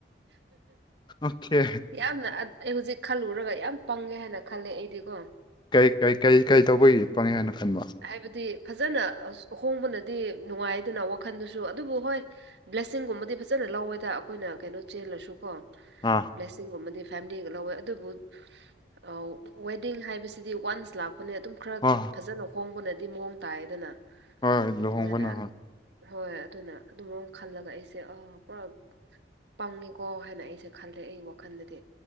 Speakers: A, on the left; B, on the right.
A: ꯑꯣꯀꯦ
B: ꯌꯥꯝꯅ ꯑꯩ ꯍꯧꯖꯤꯛ ꯈꯜꯂꯨꯔꯒ ꯌꯥꯝ ꯄꯪꯉꯦ ꯍꯥꯏꯅ ꯈꯜꯂꯦ ꯑꯩꯗꯤꯀꯣ
A: ꯀꯩ ꯀꯩ ꯀꯩ ꯀꯩ ꯇꯧꯕꯒꯤ ꯄꯪꯉꯦ ꯍꯥꯏꯅ ꯈꯟꯕ
B: ꯍꯥꯏꯕꯗꯤ ꯐꯥꯖꯅ ꯍꯣꯡꯕꯅꯗꯤ ꯅꯨꯡꯉꯥꯏꯗꯅ ꯋꯥꯈꯟꯗꯨꯁꯨ ꯑꯗꯨꯕꯨ ꯍꯣꯏ ꯕ꯭ꯂꯦꯁꯤꯡꯒꯨꯝꯕꯗꯤ ꯐꯥꯖꯅ ꯂꯧꯋꯦꯗ ꯑꯩꯈꯣꯏꯅ ꯀꯩꯅꯣ ꯆꯦꯜꯂꯁꯨ ꯀꯣ
A: ꯑꯥ
B: ꯕ꯭ꯂꯦꯁꯤꯡꯒꯨꯝꯕꯗꯤ ꯐꯦꯃꯤꯂꯤꯒ ꯂꯧꯋꯦ ꯑꯗꯨꯕꯨ ꯑꯥ ꯋꯦꯗꯤꯡ ꯍꯥꯏꯕꯁꯤꯗꯤ ꯋꯥꯟꯁ ꯂꯥꯛ ꯄꯅꯤꯅ ꯑꯗꯨꯝ ꯈꯔ
A: ꯑꯣ
B: ꯐꯖꯅ ꯍꯣꯡꯕꯅꯗꯤ ꯃꯑꯣꯡ ꯇꯥꯏꯗꯅ
A: ꯍꯣꯏ ꯂꯨꯍꯣꯡꯕꯅ
B: ꯑꯗꯨꯃꯥꯏꯅ
A: ꯍꯣꯏ
B: ꯍꯣꯏ ꯑꯗꯨꯅ ꯑꯗꯨꯝ ꯈꯜꯂꯒ ꯑꯩꯁꯦ ꯑꯥ ꯄꯨꯔꯥ ꯄꯪꯉꯤꯀꯣ ꯍꯥꯏꯅ ꯑꯩꯁꯦ ꯈꯜꯂꯦ ꯑꯩ ꯋꯥꯈꯜꯗꯗꯤ